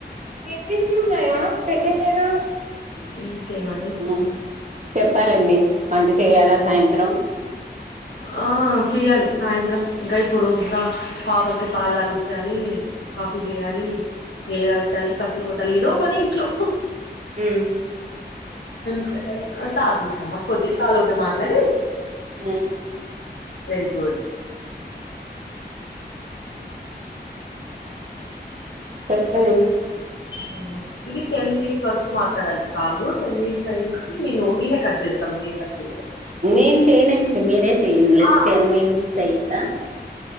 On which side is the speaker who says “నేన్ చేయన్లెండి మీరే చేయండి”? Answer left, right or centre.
Right